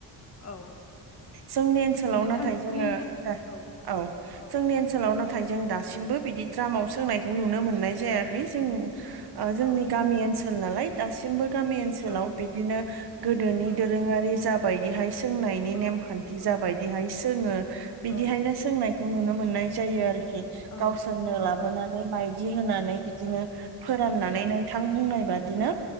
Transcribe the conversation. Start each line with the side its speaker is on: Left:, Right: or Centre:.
Left: औ
Right: जोंनि ओनसोलाव
Left: नोंथांनि
Right: नाथाय जोङो
Left: ओनसोल
Right: दा औ
Left: औ
Right: जोंनि ओनसोलाव नाथाय नाथाय जों दासिमबो बिदि द्रामाव सोंनायखौ नुनो मोन नाय जायाखै
Left: औ
Right: जों ओ
Left: औ
Right: जोंनि गामि ओनसोल नालाय दासिमबो गामि ओनसोलाव
Left: औ
Right: बिदिनो गोदोनि
Left: औ
Right: दोरोङारि जाबायदिहाय सोंनायनि
Left: औ
Right: नेम दि जाबायदिहाय
Left: औ
Right: सोङो बिदिहायनो
Left: औ
Right: सोंनायखौ नुनो मोननाय जायो आरोखि खि
Left: औ
Right: गावसोरनो
Left: औ
Right: लाबोनानै
Left: औ
Right: माइदि होनानै बिदिनो फोराननानै नोंथां बुंनाय बादिनो